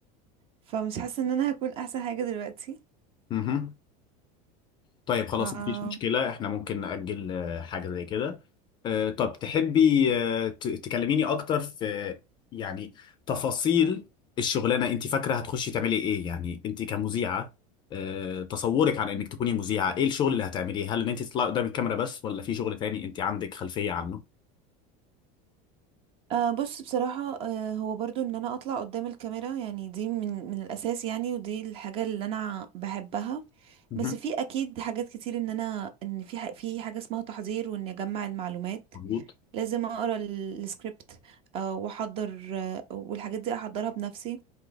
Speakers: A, on the right; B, on the left.
A: فمش حاسة ان انا هكون احسن حاجة دلوقتي
B: مهم. طيب خلاص
A: ف
B: مفيش مشكلة احنا ممكن نأجل آه، حاجة زي كده آه، طب تحبي آه، ت- تكلميني أكتر في يعني تفاصيل الشغلانة أنت فاكرة هتخشي تعملي إيه يعني أنت كمذيعة آه، تصورك عن إنك تكوني مذيعة إيه الشغل اللي هتعمليه هل إن أنت تطلعي قدام الكاميرا بس ولا في شغل تاني أنت عندك خلفية عنه؟
A: أه بص بصراحة أه هو برضو ان انا اطلع قدام الكاميرا يعني دي من من الاساس يعني ودي الحاجة اللي انا بحبها
B: مهم.
A: بس في اكيد حاجات كتير ان انا ان في ح- في حاجة اسمها تحضير وان اجمع المعلومات
B: مظبوط
A: لازم اقرا ال- السكريبت أه واحضر أه والحاجات دي احضرها بنفسي